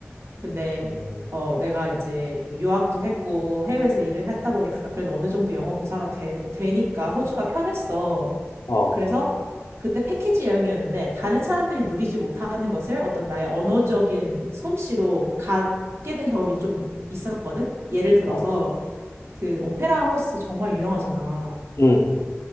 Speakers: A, on the right; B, on the left.
A: 근데
B: 응.
A: 어, 내가 이제 유학도 했고 해외에서 일을 했다 보니까 그래도 어느 정도 영어 고사가 되, 되니까 호주가 편했어.
B: 어,
A: 그래서 그때 패키지 여행이었는데 다른 사람들이 누리지 못하는 것을 어떤 나의 언어적인 솜씨로 갖게 된 경험이 좀 있었거든. 예를 들어서
B: 아,
A: 그 오페라 하우스 정말 유명하잖아.
B: 응.